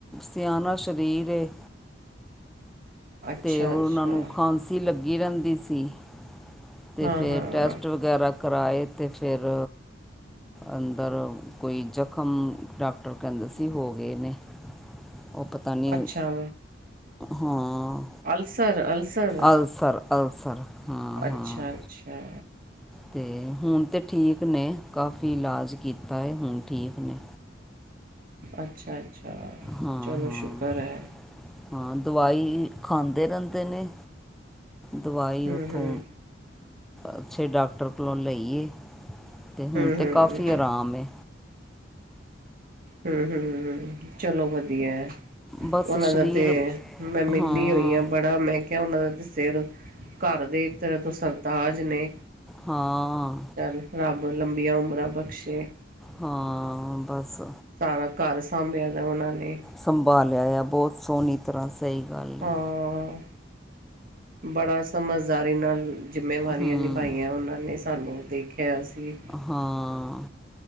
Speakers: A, in the centre; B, on the right.
A: ਸਿਆਣਾ ਸ਼ਰੀਰ ਏ।
B: ਅੱਛਾ
A: ਤੇ ਓ
B: ਅੱਛਾ
A: ਓਨ੍ਹਾਂ ਨੂੰ, ਖਾਂਸੀ ਲੱਗੀ ਰੈਂਦੀ ਸੀ। ਤੇ
B: ਹਾਂ
A: ਫਿਰ
B: ਹਾਂ
A: ਟੈਸਟ ਵਗੈਰਾ ਕਰਾਏ ਤੇ ਫਿਰ ਅੰਦਰ ਕੋਈ ਜ਼ਖ਼ਮ, ਡਾਕਟਰ ਕੈਂਦੇ ਸੀ ਹੋ ਗੇ ਨੇ। ਓ ਤ ਤਾਂ ਨਿਉ
B: ਅੱਛਾ
A: ਹਾਂ,
B: ਅਲਸਰ ਅਲਸਰ
A: ਆਲਸਰ ਅਲਸਰ। ਹਾਂ
B: ਅੱਛਾ,
A: ਹਾਂ
B: ਅੱਛਾ।
A: ਤੇ ਹੁਣ ਤੇ ਠੀਕ ਨੇ, ਕਾਫੀ ਇਲਾਜ ਕੀਤਾ ਏ, ਹੁਣ ਠੀਕ ਨੇ।
B: ਅੱਛਾ, ਅੱਛਾ।
A: ਹਾਂ
B: ਚਲੋ,
A: ਹਾਂ
B: ਸ਼ੁਕਰ ਐ।
A: ਹਾਂ, ਦਵਾਈ ਖਾਂਦੇ ਰੈਂਦੇ ਨੇ ਦਵਾਈ
B: ਹਮ
A: ਉੱਥੋਂ,
B: ਹਮ
A: ਅੱਛੇ ਡਾਕਟਰ ਕੋਲੋਂ ਲਈ ਐ। ਤੇ ਹੁਣ
B: ਹਮ
A: ਤੇ
B: ਹਮ
A: ਕਾਫ਼ੀ ਆਰਾਮ ਏ।
B: ਹਂ, ਹਂ, ਹਂ, ਹਂ। ਚਲੋ, ਵਧੀਆ ਐ।
A: ਬਸ
B: ਓਨ੍ਹਾਂ ਦਾ
A: ਸਰੀਰ
B: ਤੇ ਮੈਂ ਮਿਲਲੀ
A: ਹਾਂ
B: ਹੋਈ ਆਂ ਬੜਾ ਮੈਂ ਓਨਾਂ ਦਾ ਤੇ ਸਿਰ, ਘਰ ਦੇ ਇੱਕ ਤਰ੍ਹਾਂ ਤੋ ਸਰਤਾਜ ਨੇ।
A: ਹਾਂ।
B: <unintelligible> ਰੱਬ ਲੰਬੀਆਂ, ਉਮਰਾਂ ਬਖਸ਼ੇ।
A: ਹਾਂ, ਬਸ।
B: ਸਾਰਾ ਘਰ ਸਾਂਭਿਆ ਦਾ ਓਨਾਂ ਨੇਂ।
A: ਸੰਭਾਲਿਆ ਆ, ਬੋਤ ਸੋਹਣੀ ਤਰ੍ਹਾਂ ਸਈ ਗੱਲ
B: ਹਾਂ
A: ਐ।
B: ਬੜਾ, ਸਮਝਦਾਰੀ ਨਲ ਜਿੰਮੇਵਾਰੀਆਂ
A: ਹੂੰ
B: ਨਿਭਾਈਆਂ ਓਨਾਂ ਨੇ, ਸਾਨੂੰ ਦੇਖਿਆ ਸੀ।
A: ਹਾਂ,